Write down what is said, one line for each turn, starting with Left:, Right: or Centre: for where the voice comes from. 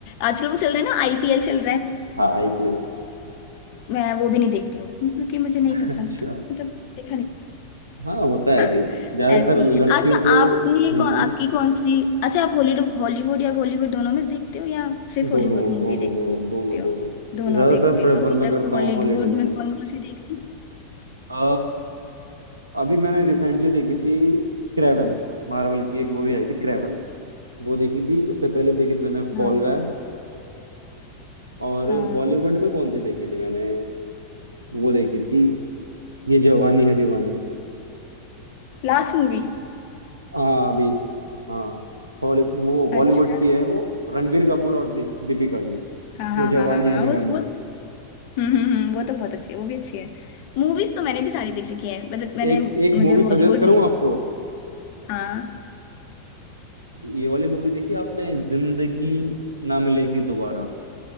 Left: आजकल वो चल रहा है ना आईपीएल चल रहा है
Right: <laughs> हाँ आईपीएल
Left: मैं वो भी नहीं देखती हूँ क्योंकि मुझे नहीं
Right: अच्छा
Left: पसंद मतलब देखा नहीं
Right: हाँ होता है
Left: <laughs>
Right: कि ज्यादातर
Left: ऐसे ही
Right: लड़कियों
Left: है अच्छा
Right: को
Left: आपने
Right: हम्म
Left: कौन
Right: हम्म,
Left: आपकी कौन सी अच्छा आप हॉलीवुड हॉलीवुड या बॉलीवुड दोनों में देखते हो या सिर्फ
Right: दोनों
Left: हॉलीवुड मूवी
Right: दोनों
Left: देखते
Right: दोनों दोनों
Left: हो
Right: दोनों
Left: दोनों
Right: ज्यादातर
Left: देखते
Right: प्रेफर
Left: हो अभी
Right: मैं
Left: तक
Right: करता
Left: हॉलीवुड
Right: हूँ हॉलीडल
Left: में
Right: की
Left: कौन कौन सी देखती
Right: अ, अभी मैंने रिसेंटली देखी थी क्रेवन मार्वल की एक मूवी आई थी क्रेवन वो देखी थी उससे पहले देखी थी मैंने
Left: हाँ
Right: फॉल गाय और
Left: हाँ
Right: बॉलीवुड में कौन सी देखी थी मैंने वो देखी थी ये जवानी है दीवानी
Left: Last movie
Right: हाँ अभी हाँ हॉली वो बॉलीवुड
Left: अच्छा
Right: की है वो रणवीर कपूर और दि- दीपिका की
Left: हाँ हाँ
Right: ये जवानी
Left: हाँ हाँ हाँ
Right: है दीवानी
Left: उस वो हम्म हम्म हम्म, वो तो बहुत अच्छी है वो भी अच्छी है मूवीज तो मैंने भी सारी देख रखी है मतलब मैंने
Right: एक
Left: मुझे
Right: एक मूवी
Left: बॉलीवुड
Right: सजेस्ट करूं
Left: नहीं
Right: आपको
Left: हाँ
Right: ये वाली मूवी देखी आपने जिंदगी ना मिलेगी दोबारा